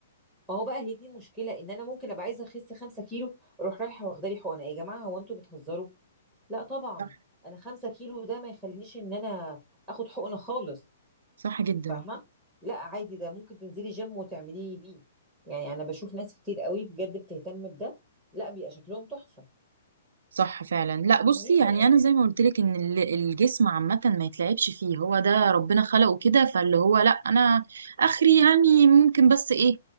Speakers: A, in the centre; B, on the right.
A: ما هو بقى هي دي المشكله ان انا ممكن ابقى عايزه اخس 5 كيلو اروح رايحه واخده لي حقنه يا جماعه هو انتوا بتهزروا لا طبعا
B: صح
A: انا 5 كيلو ده ما يخلينيش ان انا اخد حقنه خالص
B: صح جدا
A: فاهمه لا عادي ده ممكن تنزلي جيم وتعمليه بيه يعني انا بشوف ناس كتير قوي بجد بتهتم بده لا بيبقى شكلهم تحفه
B: صح فعلا لا بصي
A: هي
B: يعني انا زي ما قلت لك ان ال- الجسم عامه ما يتلعبش فيه هو ده ربنا خلقه كده فاللي هو لا انا اخري يعني ممكن بس ايه